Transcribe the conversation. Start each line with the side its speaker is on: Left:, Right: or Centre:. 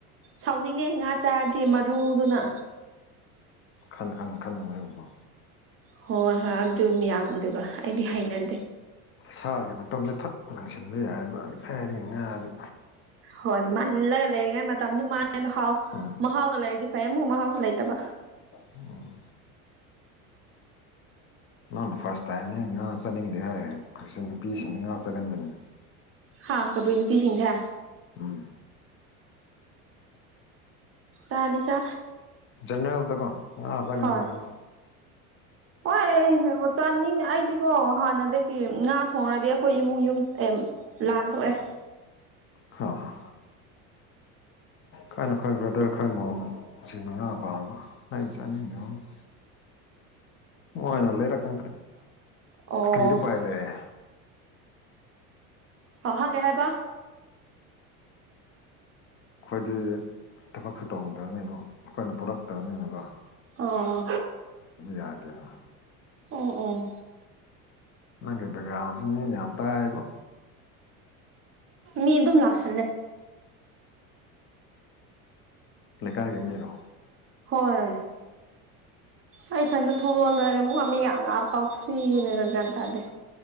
Right: ꯁꯥꯎꯅꯤꯡꯉꯦ ꯉꯥ ꯆꯥꯔꯗꯤ ꯃꯔꯨꯗꯨꯅ
Left: ꯈꯪ ꯈꯪ ꯈꯪꯈꯔꯔꯤꯕ
Right: ꯍꯣꯏ ꯍꯣꯏ ꯑꯗꯨ ꯃꯌꯥꯝꯗꯨꯒ ꯑꯩꯗꯤ ꯍꯥꯏꯅꯗꯦ
Left: ꯁꯥꯒꯤ ꯃꯇꯝꯗ ꯐꯠꯄ ꯂꯪꯁꯤꯟꯕ ꯌꯥꯏꯑꯕꯀꯥꯏꯗꯤ ꯉꯥꯗꯤ
Right: ꯍꯣꯏ ꯃꯜꯂꯒ ꯂꯩꯔꯤꯉꯩ ꯃꯇꯝꯁꯨ ꯃ ꯃꯍꯥꯎ
Left: ꯎꯝ
Right: ꯃꯍꯥꯎꯒ ꯂꯩꯔꯗꯤ ꯐꯩ ꯑꯃꯨꯛ ꯃꯍꯥꯎꯁꯨ ꯂꯩꯇꯕ
Left: ꯑꯣ ꯅꯪꯅ ꯐꯥꯔꯁ ꯇꯥꯏꯝ ꯍ ꯉꯥ ꯆꯥꯅꯤꯡꯗꯦ ꯍꯥꯏꯌꯦꯁꯤ ꯅꯨꯄꯤꯁꯤꯡꯅ ꯉꯥ ꯆꯠꯍꯟꯕꯅꯤꯅ
Right: ꯍꯥꯥ ꯀꯕꯨ ꯅꯨꯄꯤꯤꯁꯤꯡꯁ
Left: ꯎꯝ
Right: ꯆꯥꯗꯤ ꯆꯥ
Left: ꯟꯅꯒ ꯗ ꯀꯣ ꯉꯁꯥꯗꯅꯦꯕ
Right: ꯍꯣꯏ ꯍꯣꯏ ꯆꯥꯅꯤꯡꯉ ꯑꯩꯗꯤꯀꯣ ꯍꯥꯟꯅꯗꯒꯤ ꯉꯥ ꯊꯣꯡꯉꯗꯤ ꯑꯩꯈꯣꯏ ꯏꯃꯨꯡ ꯌꯨꯝ ꯂꯥꯟ ꯊꯣꯛꯣꯛꯑꯦ
Left: ꯍꯣꯏ ꯍꯣꯏ ꯀꯥꯏꯅ ꯑꯩꯈꯣꯏ ꯕ꯭ꯔꯗꯔ ꯈꯈꯣꯏ ꯃꯣꯝꯁꯤ ꯃ ꯉꯥ ꯄꯥꯝꯕ ꯑꯩꯅ ꯆꯥꯅꯤꯡꯗꯕ ꯃꯥꯏꯅꯂꯔꯄ
Right: ꯑꯣ
Left: ꯀꯔꯤꯗꯤꯄꯥꯏ ꯂꯩꯦ
Right: ꯍ ꯍꯒꯦ ꯍꯥꯏꯦꯕ
Left: ꯑꯩꯈꯣꯏꯗꯤ ꯊꯕꯛꯁꯨ ꯇꯧꯗ꯭ꯔꯕꯅꯤꯅ ꯑꯩꯈꯣꯏꯅ ꯄꯨꯔꯛꯇꯕꯅꯤꯅꯀ
Right: ꯑꯣ
Left: ꯌꯥꯗꯦꯕ
Right: ꯑꯣ ꯑꯣ
Left: ꯅꯪꯒꯤ ꯕ‌ꯦꯛꯒ꯭ꯔꯥꯟꯁꯤ ꯃꯤ ꯌꯥꯝ ꯇꯥꯏꯕ‌ꯣ
Right: ꯃꯤ ꯑꯗꯨꯝ ꯂꯥꯛꯁꯟꯂ‌ꯦ
Left: ꯂꯩꯀꯥꯏꯒꯤ ꯃꯤꯔꯣ
Right: ꯍꯣꯏ ꯑꯩꯊꯟꯗ ꯊꯣꯡꯂꯣꯂ ꯑꯃꯨꯛꯀ ꯃꯤ ꯌꯥꯝ ꯂꯥꯞꯄ ꯐꯨꯏꯔꯦ ꯒ꯭ꯌꯥꯟ ꯇꯥꯗ‌ꯦ